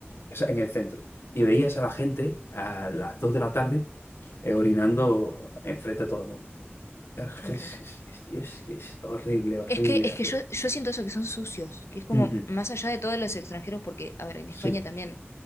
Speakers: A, on the left; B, on the left.
A: o sea, en el centro. Y veías a la gente a las 2 de la tarde eh, orinando enfrente a todo el mundo. Es,
B: qué horror.
A: es, es- es- es que es horrible, horrible,
B: Es que, es
A: horrible.
B: que yo, yo siento eso que son sucios, que es como
A: Ujú,
B: más allá de todos los extranjeros, porque, a ver, en España
A: Sí.
B: también